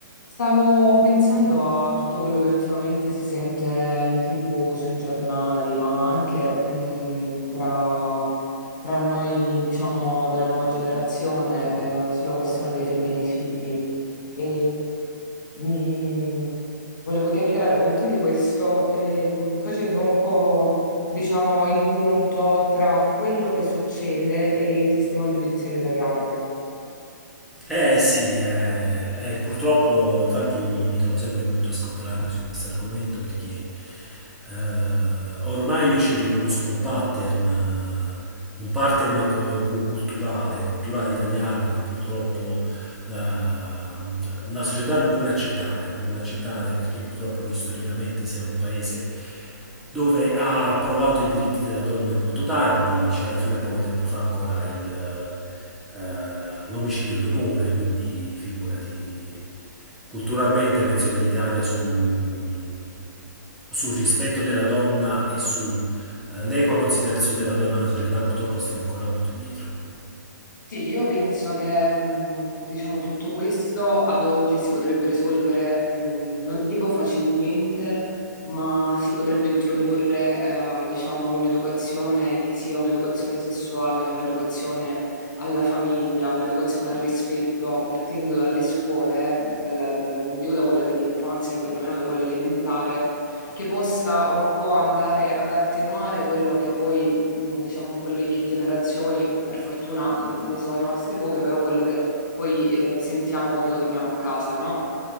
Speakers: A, on the left; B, in the centre.
A: Stavo pensando a tutto quello che ultimamente si sente in TV, sui giornali, ma anche mh, tra, tra noi, diciamo, della nuova generazione, eh, sulla questione dei femminicidi. E mi... Volevo chiacchierare con te di questo, e, mh, facendo un po', diciamo, il punto tra quello che succede e il sistema giudiziario italiano.
B: Eh sì, eh, eh, purtroppo infatti io mi, mi trovo sempre molto a scontrarmi su questo argomento perché eh, ormai io ci riconosco un pattern, eh, un pattern eh, cu- culturale, culturale italiano che purtroppo la, la società non vuole accettare, non vuole accettare perché purtroppo noi storicamente siamo un paese dove ha approvato i diritti della donna molto tardi, c'era fino a poco tempo fa ancora il eh, l'omicidio d'onore, quindi figurati, culturalmente penso che l'Italia su, mm, sul rispetto della donna e sull'equa considerazione della donna nella società purtroppo stiamo ancora molto indietro.
A: Sì, io penso che mh, diciamo, tutto questo ad oggi si potrebbe risolvere, mh, non dico facilmente, ma si potrebbe introdurre eh, diciamo, un'educazione che sia un'educazione sessuale, un'educazione alla famiglia, un'educazione al rispetto, partendo dalle scuole, dalla- da- non dico da quella dell'infanzia, perlomeno da quella elementare, che possa un po' andare ad attenuare quello che poi mh, diciamo un po' le vecchie generazioni, per fortuna mh, ne sono rimaste poche, però quello che poi eh, sentiamo quando torniamo a casa, no?